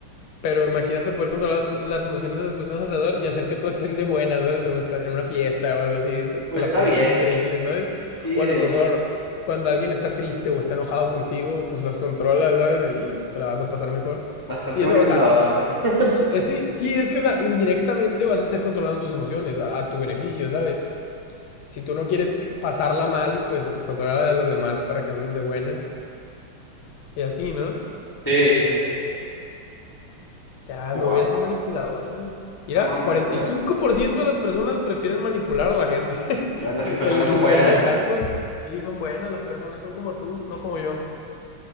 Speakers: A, on the left (about 75°); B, on the left (about 20°).
A: Pero imagínate poder controlar las, las emociones de las personas alrededor y hacer que todos estén de buenas, ¿sabes? Cuando estás en una fiesta o algo así, te, te
B: Pues
A: la
B: está
A: pasarías
B: bien.
A: increíble, ¿sabes?
B: Sí,
A: O a
B: de
A: lo mejor
B: hecho.
A: cuando alguien está triste o está enojado contigo, pues las controlas, ¿sabes? Y, y te la vas a pasar mejor.
B: Bastante
A: Y
B: manipulador,
A: eso, o sea,
B: ¿no? <laughs>
A: sí, eso, i- sí, es que, o sea, indirectamente vas a estar controlando tus emociones a, a tu beneficio, ¿sabes? Si tú no quieres que- pasarla mal, pues controla la de los demás para que anden de buenas. Y así, ¿no?
B: Sí, sí, sí.
A: Ya,
B: wow
A: me voy a hacer manipulador, ¿sabes?
B: estamos
A: Mira,
B: a manipular.
A: 45% de las personas prefieren manipular a la gente. <laughs>
B: A ver, Las
A: Y
B: personas
A: el
B: son
A: cincuenta
B: buenas.
A: y tantos, sí, son buenas las personas, son como tú, no como yo.